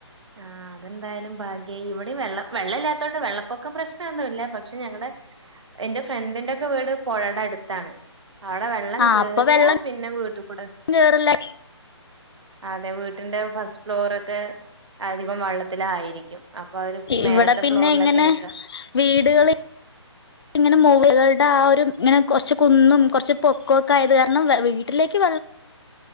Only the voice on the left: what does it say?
ആ
അപ്പൊ വെള്ളം
കേറില്ല
ഇവിടെ പിന്നെ
ഇങ്ങനെ
വീടുകൾ ഇങ്ങനെ മികളുടെ ആ ഒരു ഇങ്ങനെ കൊറച്ച് കുന്നും കുറച്ച് പൊക്കൊക്കെ ആയത് കാരണം വീട്ടിലേക്ക്